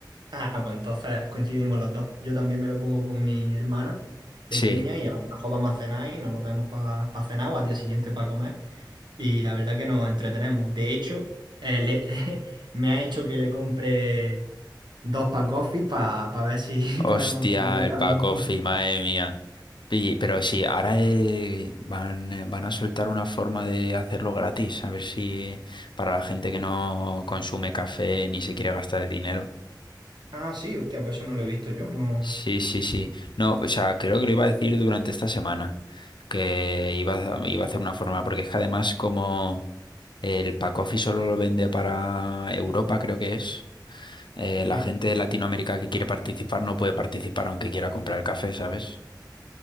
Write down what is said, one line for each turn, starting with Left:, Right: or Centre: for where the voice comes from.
Right: Ah, pues entonces coincidimos los dos. Yo también me lo pongo con mi hermana pequeña
Left: Sí.
Right: y a lo mejor vamos a cenar y nos lo vemos para cenar o al día siguiente para comer. Y la verdad que nos entretenemos. De hecho, eh, le- <laughs> me ha hecho que le compre dos pack coffee para ver si <laughs>
Left: Hostia,
Right: podemos dar la vuelta
Left: el Pacofi,
Right: al mundo.
Left: madre mía. Y- pero sí, ahora eh, van, eh, van a soltar una forma de hacerlo gratis, a ver si para la gente que no consume café ni se quiere gastar el dinero.
Right: Ah, sí, hostia, pues eso no lo he visto yo. No.
Left: Sí, sí, sí. No, o sea, creo que lo iba a decir durante esta semana, que iba a, iba a hacer una forma, porque es que además como el Pacofi solo lo vende para Europa, creo que es, eh,
Right: Sí.
Left: la gente de Latinoamérica que quiere participar no puede participar aunque quiera comprar el café, ¿sabes?